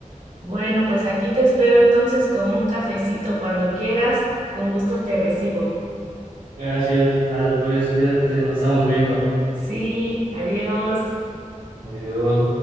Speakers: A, on the right; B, on the right.
A: Bueno, pues aquí te espero entonces con un cafecito cuando quieras. Con gusto te recibo.
B: Gracias. Dale, pues, cuídate, nos estamos viendo.
A: Sí, adiós.
B: Adiós.